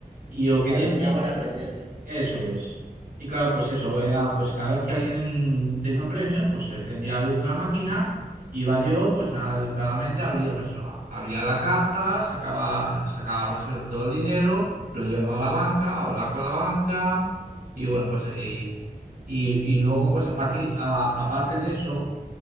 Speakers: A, on the right; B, on the right.
A: Y lo
B: Claro,
A: querían.
B: y tenías buena presencia.
A: Eso es. Y claro, pues eso, era, pues cada vez que alguien tenía un premio, pues se encendía la luz de la máquina, iba yo, pues nada, educadamente abría, pues eso, a- abría la caja, sacaba, sacaba pues eso, todo el dinero, lo llevaba a la banca, hablaba con la banca, y bueno, pues eh, y, y luego, pues a partir, a- aparte de eso,